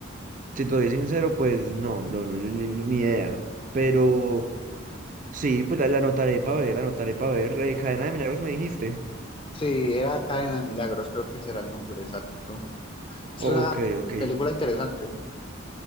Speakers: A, on the right; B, on the left.
A: si te doy sincero, pues no, no, no, ni, ni- ni idea. Pero sí, pues la, la anotaré para ver, la anotaré para ver. Eh, Cadena de Milagros me dijiste.
B: Sí, era Cadena de Milagros, creo que será el nombre exacto. Es
A: Ok,
B: una
A: ok.
B: película interesante.